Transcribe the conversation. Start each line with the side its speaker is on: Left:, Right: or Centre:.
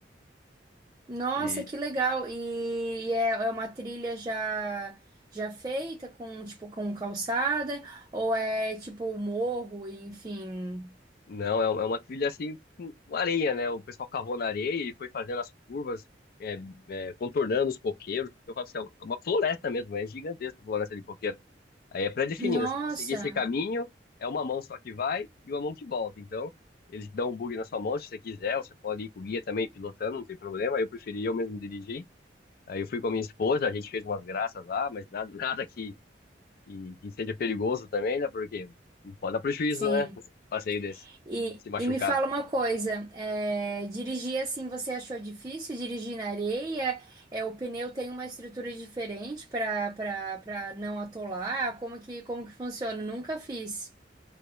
Right: Nossa,
Left: E
Right: que legal. E, e é, é uma trilha já já feita com tipo com calçada ou é tipo morro, enfim.
Left: não, é, uma- é uma trilha assim, com areia, né? O pessoal cavou na areia e foi fazendo as curvas, é, é, contornando os coqueiros, porque eu falo assim, é uma floresta mesmo, é gigantesca a floresta de coqueiro. Aí é pré-definida,
Right: Nossa.
Left: você tem que seguir esse caminho, é uma mão só que vai e uma mão que volta. Então, eles dão um bug na sua mão se você quiser, você pode ir com o guia também pilotando, não tem problema, eu preferi eu mesmo dirigir. Aí eu fui com a minha esposa, a gente fez umas graças lá, mas nada, <laughs> nada que, que, que seja perigoso também, né? Porque não pode dar prejuízo,
Right: Sim.
Left: né? Um Passeio desse,
Right: E,
Left: se machucar.
Right: e me fala uma coisa, é, dirigir assim você achou difícil? Dirigir na areia? É, o pneu tem uma estrutura diferente para para para não atolar? Como que como que funciona? Nunca fiz.